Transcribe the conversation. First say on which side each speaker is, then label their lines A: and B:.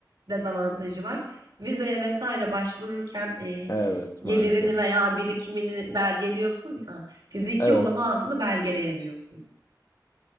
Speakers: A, on the right (about 70°); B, on the left (about 50°).
A: dezavantajı var. Vizeye vesaire başvururken e,
B: Evet
A: gelirini
B: maalesef.
A: veya birikimini belgeliyorsun ya. Fiziki
B: Evet.
A: olan o altını belgeleyemiyorsun.